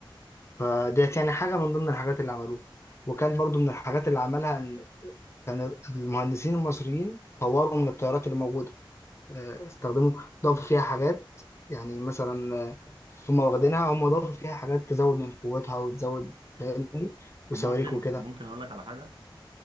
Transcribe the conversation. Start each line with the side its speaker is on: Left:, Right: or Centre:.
Left: فديت يعني حاجة من ضمن الحاجات اللي عملوها وكان برضو من الحاجات اللي عملها ان كان المهندسين المصريين طوروا من الطيارات اللي موجودة آه، استخدموا ضافوا فيها حاجات يعني مثلا آه، هم واخدينها هم ضافوا فيها حاجات تزود من قوتها وتزود فاهم وصواريخ
Right: طب ممكن
Left: وكده
Right: ممكن اقول لك على حاجه